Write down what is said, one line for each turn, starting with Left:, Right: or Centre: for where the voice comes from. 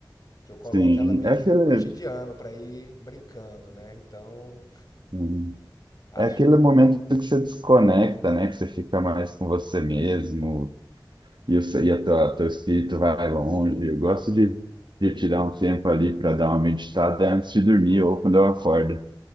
Left: que eu coloco
Right: sim.
Left: ela meio
Right: É aquele,
Left: que no cotidiano para ir brincando, né? Então,
Right: hum,
Left: acho
Right: é aquele
Left: muito
Right: momento
Left: bom.
Right: que você desconecta, né? Que você fica mais com você mesmo e, o, seu- e a tua, teu espírito vai longe. Eu gosto de, de tirar um tempo ali para dar uma meditada antes de dormir ou quando eu acordo.